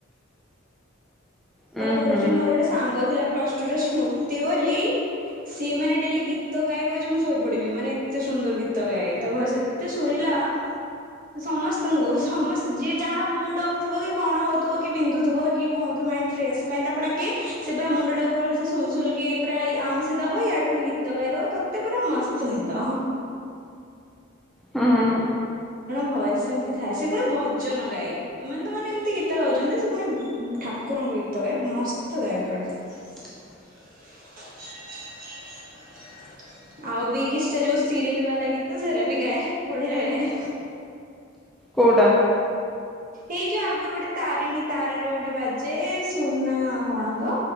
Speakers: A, in the centre; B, on the right (about 45°).
A: ଉୁଁ
B: ବା କହୁଚୁ
A: ହୁଁ
B: ମୋର ଗୋଟେ ସାଙ୍ଗ ଥିଲା ପ୍ଲସ ଟୁରେ ସ୍ମୃତି ବୋଲି ସିଏ ମାନେ ଡେଲି ଗୀତ ଗାବ ଯେ ମୁଁ ଶୋଇ ପଡିବମି ମାନେ ଏତେ ସୁନ୍ଦର ଗୀତ ଗାଏ ତା ଭୟସ ଏତେ ଶୁରିଲା <inaudible> ସମସ୍ତଙ୍କୁ ସମସ୍ତେ ଯିଏ ଯାହା ମୁଡ ଅଫ୍ ଥିବ କି କଣ ହଉଥିବ କି ବିନ୍ଧୁଥିବ କି କଣ ହଉଥିବ ମାଇ ଫ୍ରେଶସ ପାଇଁ ତାକୁ ଡାକେ ସେ ପୁରା ମୁଣ୍ଡ ଟାକୁ ଭଲସେ ସୁଲସୁଲ କିି ପୁରା ଆଉଶ ଦବ ଇଆଡେ ପୁଣି ଗୀତ ଗାଇ ତାକତେ ପୁରା ମସ୍ତ ନିଦ।
A: ହଁ ହ ହ।
B: ଭୟ ସେମତି ଥାଏ ସେ ପୁଣି ଭଜନ ଗାଏ ଏମାନେ ତ ମାନେ ଏମିତି ଗୀତ ଗାଉଛନ୍ତି ସେ ପୁଣି ଠାକୁରଙ୍କ ଶୋଇତ ମସ୍ତ ଗାଏ ପୁରା।
A: <inaudible>
B: <inaudible> ଆଉ ବି କିଛି ଟା ଯୋଉ ସିରିୟଲ ବାଲା ଗୀତ ସେରା ବି ଗାଏ। ପଡ଼େଆ
A: କଉଟା।
B: ଏଇ ଯୋଉ ଆଗରୁ ଗୋଟେ ତାରିଣୀ ତାରାରେ ଗୋଟେ ବାଜେ ସୁନା କଣ ତ